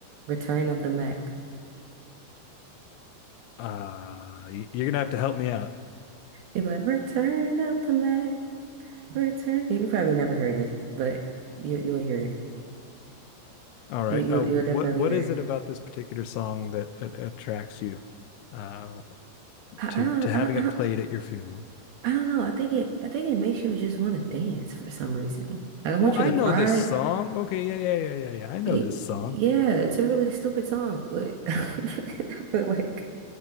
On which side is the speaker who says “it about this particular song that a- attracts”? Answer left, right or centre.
Left